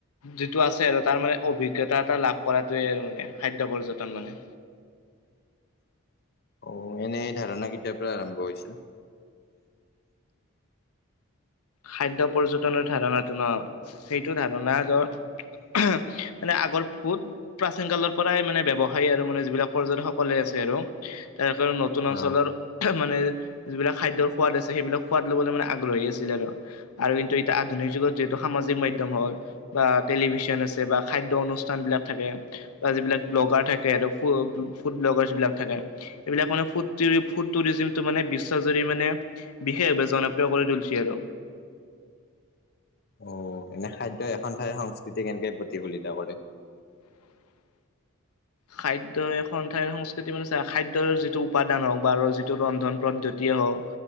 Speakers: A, on the left; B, on the left.
A: যিটো আছে আৰু তাৰ মানে অভিজ্ঞ- জ্ঞতা এটা লাভ কৰাটোৱে মানে খাদ্য পৰ্যটন মানে
B: অ এনে ধাৰণা কেইটাৰ পৰা আৰম্ভ হৈছিল?
A: খাদ্য পৰ্যটনৰ ধাৰণাটো ন সেইটো ধাৰণা মানে আগৰ বহুত প্ৰাচীন কালৰ পৰাই মানে ব্যৱসায়ী আৰু মানে যিবিলাক পৰ্যটকসকলে আছে আৰু তেনে নতুন
B: অ
A: অঞ্চলৰ মান মানে যিবিলাক খাদ্যৰ সোৱাদ আছে সেইবিলাক সোৱাদ লবলৈ মানে আগ্ৰহী আছিল আৰু আৰু কিন্তু এতিয়া আধুনিক যুগত যিহেতু সামাজিক মাধ্যম হল বা টেলিভিছন আছে বা খাদ্য অনু- অনুস্থান বিলাক থাকে, বা যিবিলাক ব্লকাৰ থাকে ফু ফুড ব্লকাৰছ বিলাক থাকে এইবিলাক ফু ফুড টুৰিজিমটো মানে বিশ্ব জুৰি মানে বিশেষভাৱে জনপ্ৰিয় কৰি তুলিছে আৰু
B: অ এনে খাদ্য এখন ঠাইৰ সংস্কৃতি কেনেকে প্ৰতিফলিত কৰে?
A: <inaudible> খাদ্যয় এখন ঠাইৰ সংস্কৃতি মানে চা খাদ্যৰ যিটো উপাদান হওঁক বা যিটো ৰন্ধন পদ্ধতি কিয় হক।